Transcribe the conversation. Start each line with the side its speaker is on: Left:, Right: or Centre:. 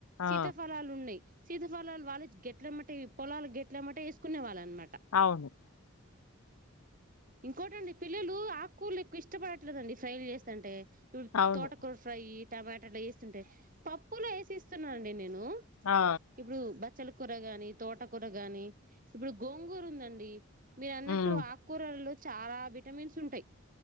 Right: సీతఫలాలు
Left: ఆ
Right: ఉన్నాయి సీతాఫలాలు వాళ్ళ గెట్ల ఏమ్మంటే ఈ పొలాలు గెట్లమేసుకునే వాళ్ళు అనమాట
Left: అవును
Right: ఇంకోటండి పిల్లలు ఆకుకురలు ఎక్కువ ఇష్టపడట్లేదండి ఫ్రైలు చేస్తంటే ఇప్పుడు
Left: అవును
Right: తోటకూర ఫ్రై టమాటలు వేస్తుంటే పప్పులో వేసిస్తున్నాండి నేను
Left: ఆ
Right: ఇప్పుడు బచ్చల కూర గాని తోటకూర గాని ఇప్పుడు గోంగూర ఉందండి మీరు అన్నట్టు
Left: ఉమ్
Right: ఆకూరలలో చాల విటమిన్స్ ఉంటాయ్